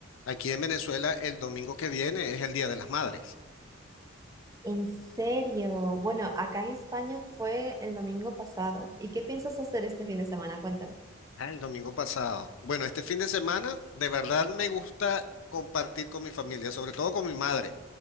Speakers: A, on the left; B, on the right.
A: Aquí en Venezuela el domingo que viene es el Día de las Madres.
B: En serio. Bueno, acá en España fue el domingo pasado. ¿Y qué piensas hacer este fin de semana? Cuéntame.
A: Ah, el domingo pasado. Bueno, este fin de semana de verdad me gusta compartir con mi familia, sobre todo con mi madre,